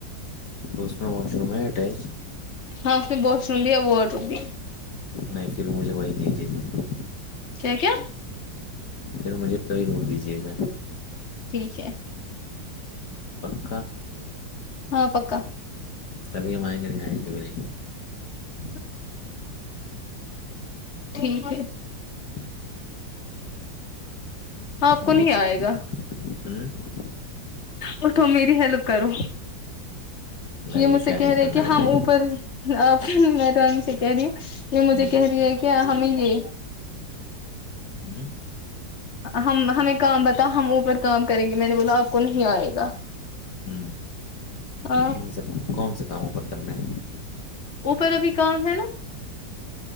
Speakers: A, on the left (about 60°); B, on the left (about 35°).
A: تو اس میں واش روم ہے اٹیچ
B: ہاں اس میں باش روم بھی ہے وا روم بھی
A: نہیں پھر مجھے وہی دیجیے گا
B: کیا کیا
A: پھر مجھے توی روک دیجیے گا
B: ٹھیک ہے
A: پک
B: ہاں پکا
A: تبھی ہم آئیں گے نہیں آئیں گے بھی نہیں
B: <unintelligible> ٹھیک ہے
A: <inaudible>
B: آپ
A: ہم
B: کو نہیں
A: نیچے
B: آئے گا
A: <unintelligible>
B: اور تم میری ہیلپ کرو
A: بتائیے
B: یہ مجھ
A: کیا
B: سے
A: ہیلپ
B: کہہ رہے
A: کرنا
B: کہ
A: ہے
B: ہم
A: بتائیے
B: اوپر آ م توانی سے کہہ رہی ہ یہ مجھے
A: ہوں
B: کہہ رہی ہے کہ ہمیں یہ
A: ہوں
B: ہم ہمیں کام بتا ہم اوپر کام کریں گے میں نے بولا آپ کو نہیں آئے گا
A: ہوں
B: ہاں
A: کون سے کون سے کاموں پر کر رہے ہیں
B: اوپر ا بھی کام ہے نا